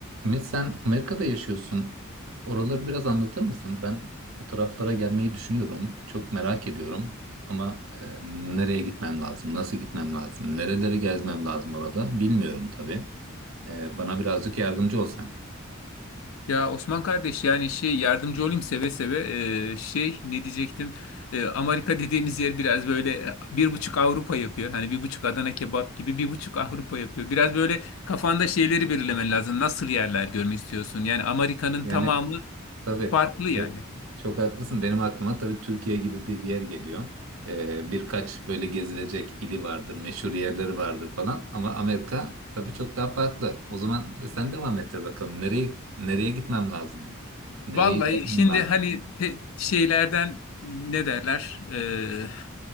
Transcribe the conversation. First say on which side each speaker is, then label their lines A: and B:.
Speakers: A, on the right; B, on the left.
A: Ümit sen Amerika'da yaşıyorsun. Oraları biraz anlatır mısın? Ben o taraflara gelmeyi düşünüyorum. Çok merak ediyorum. Ama e, nereye gitmem lazım? Nasıl gitmem lazım? Nereleri gezmem lazım orada? Bilmiyorum tabii. E, bana birazcık yardımcı olsan.
B: Ya Osman kardeş yani şey yardımcı olayım seve seve Ee, şey ne diyecektim Ee, Amerika dediğimiz yer biraz böyle e, bir buçuk Avrupa yapıyor hani bir buçuk Adana kebap gibi bir buçuk Avrupa yapıyor biraz böyle kafanda şeyleri belirlemen lazım nasıl yerler görmek istiyorsun yani Amerika'nın
A: Yani
B: tamamı
A: Tabii
B: farklı yani.
A: çok çok haklısın. Benim aklıma tabii Türkiye gibi bir yer geliyor. Ee, birkaç böyle gezilecek ili vardır, meşhur yerleri vardır falan. Ama Amerika tabii çok daha farklı. O zaman e, sen devam ettir bakalım. Nereye nereye gitmem lazım? Nereyi
B: Vallahi
A: gezmem
B: şimdi
A: lazım?
B: hani te- şeylerden ne derler Ee,